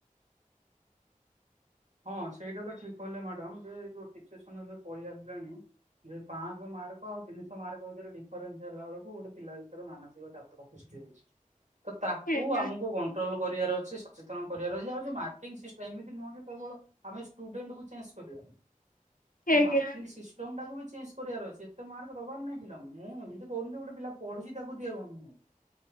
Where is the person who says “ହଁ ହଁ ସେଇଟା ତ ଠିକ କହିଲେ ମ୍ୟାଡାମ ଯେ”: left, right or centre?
Right